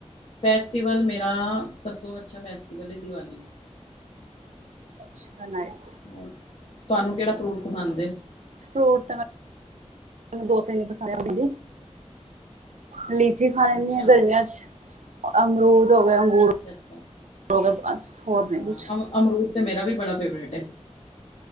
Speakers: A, on the left; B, on the right.
A: ਫੈਸਟੀਵਲ ਮੇਂ? ਤਾਂ ਸਭ ਤੋਂ ਅੱਛਾ ਫੈਸਟੀਵਲ ਏ ਦੀਵਾਲੀ।
B: ਸਣੇ <unintelligible>
A: ਹੋਰ ਤੁਹਾਨੂੰ ਕਿਹੜਾ ਫਰੂਟ ਪਸੰਦ ਏ?
B: ਫਰੂਟ ਤੇ ਮੈ ਦੋ ਤਿੰਨ ਪਸੰਦ ਲੀਚੀ ਖਾ ਲੈਦੀ
A: ਅੱਛਾ,
B: ਆ ਗਰਮੀਆਂ ਚ ਅਮਰੂਦ ਹੋ ਗਏ ਅੰਗੂਰ
A: ਅੱਛਾ-ਅੱਛਾ
B: ਹੋ ਗਏ ਬਸ ਹੋਰ ਨੀ
A: ਹਾਂ
B: ਕੁਛ।
A: ਅਮ ਅਮਰੂਦ ਤੇ ਮੇਰਾ ਵੀ ਬੜਾ ਫੇਵਰੇਟ ਹੈ